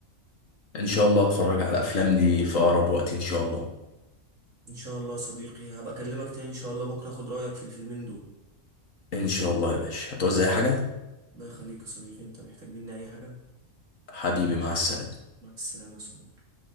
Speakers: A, on the left; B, on the right.
A: ان شاء الله اتفرج على الافلام دي في اقرب وقت ان شاء الله
B: إن شاء الله يا صديقي هبقى أكلمك تاني إن شاء الله بكرة أخد رأيك في الفيلمين دول
A: ان شاء الله يا باشا هتعوز اي حاجة
B: الله يخليك يا صديقي أنت محتاج مني أي حاجة
A: حبيبي مع السلامة
B: مع السلامة يا صديقي